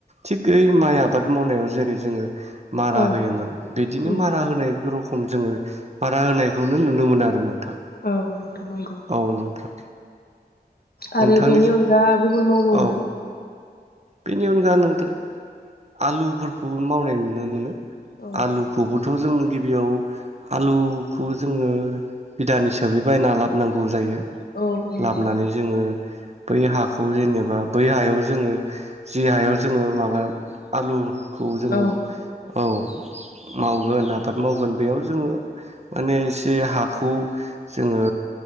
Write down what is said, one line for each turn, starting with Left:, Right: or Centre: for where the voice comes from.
Right: थिगै माइ आबाद मावनायाव जेरै जोङो मारा
Left: औ
Right: होयोमोन बिदिनो
Left: उम
Right: मारा होनाय खम जोङो बारा होनायखौनो नुनो मोनो आरो नों थां
Left: औ नोंथां नंगौ
Right: औ नोंथां।
Left: आरो
Right: नोंथांनि
Left: बेनि अनगा गुबुन मावबावोना?
Right: औ बेनि अनगा नोंथां आलुफोरखौबो मावनाय नुनो मोनो।
Left: औ
Right: आलुखौबोथ' जों गिबियाव आलुखौ जोङो बिदान हिसाबै बायना ला नांगौ जायो।
Left: औ नंगौ।
Right: लाबोनानै जोङो बै हाखौ जेनेबा बै हायाव जोङो जि हायाव जोङो माबा आलु खौ जोङो
Left: औ
Right: औ। मावगोन आबाद मावगोन बेयाव जोङो माने एसे हाखौ जोङो